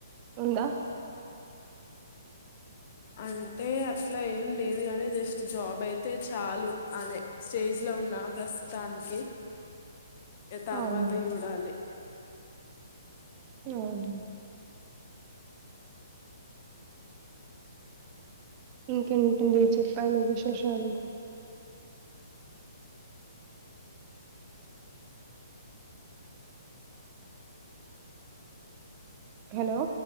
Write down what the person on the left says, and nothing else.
అంటే అట్లా ఏం లేదు గాని జస్ట్ జాబ్ అయితే చాలు అనే స్టేజ్ లో ఉన్నా ప్రస్తుతానికి తర్వాత
చూడాలి